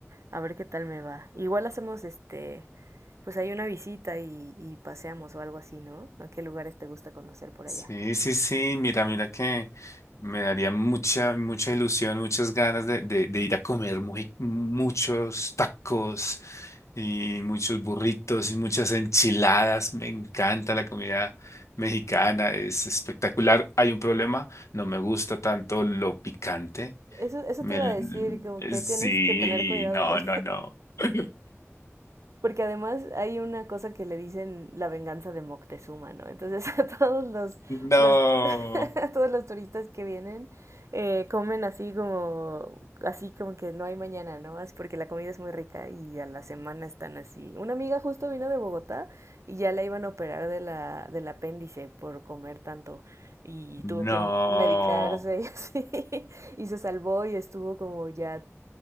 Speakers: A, on the right (about 75°); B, on the left (about 80°).
A: a ver qué tal me va. Igual hacemos este, pues hay una visita y, y paseamos o algo así, ¿no? ¿A qué lugares te gusta conocer por
B: Sí,
A: allá?
B: sí, sí, mira, mira que me daría mucha, mucha ilusión, muchas ganas de, de- de ir a comer muy- muchos tacos y muchos burritos y muchas enchiladas. Me encanta la comida mexicana, es espectacular. Hay un problema, no me gusta tanto lo picante.
A: Eso, eso
B: Me,
A: te iba a decir, como que
B: sí,
A: tienes que tener cuidado
B: no,
A: con
B: no, no. <laughs>
A: Porque además hay una cosa que le dicen la venganza de Moctezuma, ¿no? Entonces <laughs> a todos los,
B: No,
A: los <laughs> a todos los turistas que vienen eh, comen así como así como que no hay mañana, ¿no? Es porque la comida es muy rica y a la semana están así. Una amiga justo vino de Bogotá y ya la iban a operar de la del apéndice por comer tanto y
B: no.
A: tuvo que medicarse y <laughs> así y se salvó y estuvo como ya